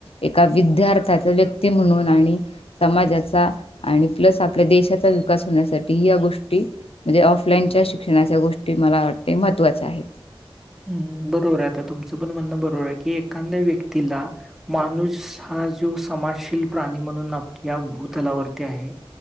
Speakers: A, on the left; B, in the centre.
A: एका विद्यार्थाचा व्यक्ती म्हणून आणि समाजाचा आणि प्लस आपल्या देशाचा विकास होण्यासाठी या गोष्टी म्हणजे ऑफलाइनच्या शिक्षणाच्या गोष्टी मला वाटतं महत्वाच्या आहे.
B: हम्म बरोबर आहे आता तुमचं पण म्हणणं बरोबर आहे की एखांद्या व्यक्तीला माणूस हा जो समाशील प्राणी म्हणून आ या भूतलावरती आहे